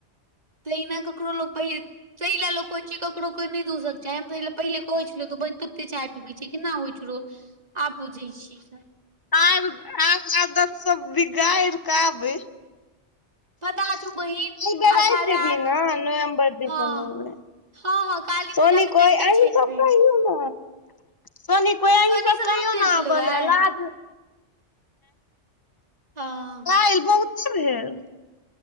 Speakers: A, on the right; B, on the left.
A: तऽ इना ककरो लो पहि तेहिला लोग कहे छै ककरो कोइ न दूसे के चाही हम त पहिले कहै छैलो बहिन तू कते चाय केना होइ छै रोज आब बुझै छियै।
B: आर आर आदत सब बिगाड़ कऽ आबे <unintelligible>
A: पता छौ बहिन आ साढ़े आठ
B: नवम्बर दिसम्बर
A: हँ
B: मे
A: हँ हँ काली
B: सोनी
A: पूजा मे तऽ
B: को
A: अबिते
B: अही
A: छियै ने
B: सब
A: बहिन
B: कहियौ ने सोनी को अही
A: सोनी
B: सब
A: से
B: कहियो
A: बात भेल
B: ने
A: छलौ
B: आबे
A: ए
B: ले लाज
A: हँ
B: काल बहुते भेल